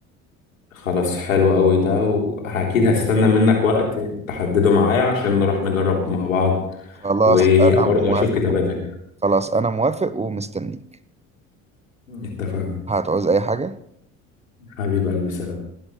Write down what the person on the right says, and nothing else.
خلاص
انا موافق
خلاص انا موافق ومستنيك
هتعوز اي حاجة